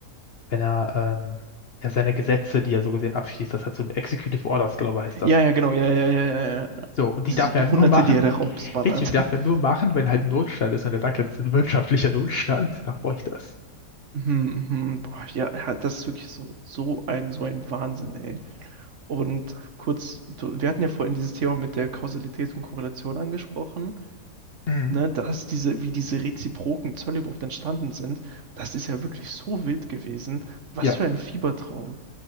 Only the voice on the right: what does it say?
Ja, ja, genau, ja, ja, ja, ja. ja.
Diese
Hunderte,
die er da raubsballert.
<laughs>
Mhm, mhm. Boah, ja, ja, das ist wirklich so, so ein, so ein Wahnsinn, ey. Und kurz, du- wir hatten ja vorhin dieses Thema mit der Kausalität und Korrelation angesprochen,
ne, dass diese, wie diese reziproken Zölle überhaupt entstanden sind, das ist ja wirklich so wild gewesen. Was
für ein Fiebertraum.